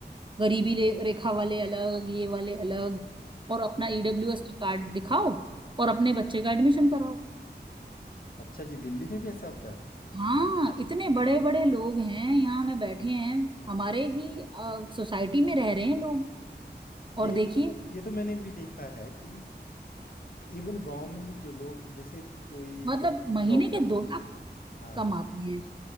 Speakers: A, on the right; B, on the left.
A: गरीबी ले- रेखा वाले अलग ये वाले अलग और अपना
B: हाँ
A: ईडब्ल्यूएस का कार्ड दिखाओ और अपने बच्चे का एडमिशन कराओ
B: अच्छा जी दिल्ली में भी ऐसा होता है
A: हाँ इतने बड़े बड़े लोग हैं यहाँ में बैठे हैं हमारे ही सोसाइटी में रह रहे हैं लोग
B: ये
A: और देखिए
B: तो ये तो मैंने भी देखा है कि इवन गांव में भी जो लोग जैसे कोई
A: मतलब महीने
B: जॉब
A: के
B: कर रहे
A: दो लाख
B: हाँ
A: कमाते हैं